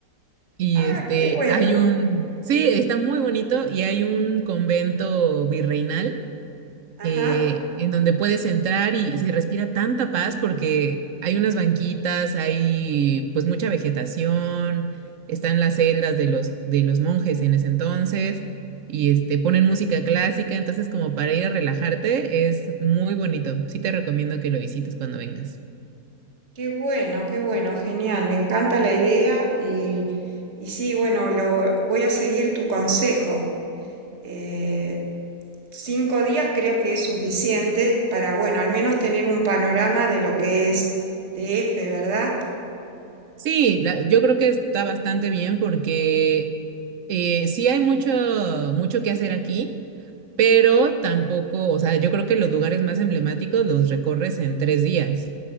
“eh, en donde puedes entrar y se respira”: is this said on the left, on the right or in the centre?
Right